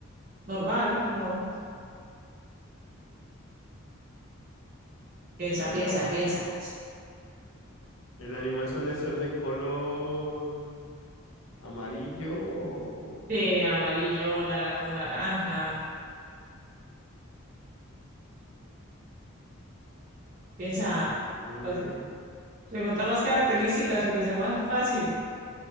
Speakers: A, on the right; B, on the left.
A: Normal, no. Piensa,
B: El animal,
A: piensa, piensa.
B: el animal suele ser de color amarillo. o-
A: Sí, amarillo, naranjo, naranja.
B: Vale,
A: Piensa,
B: va- vale.
A: pues, pregunta
B: eh,
A: más características porque sea más fácil,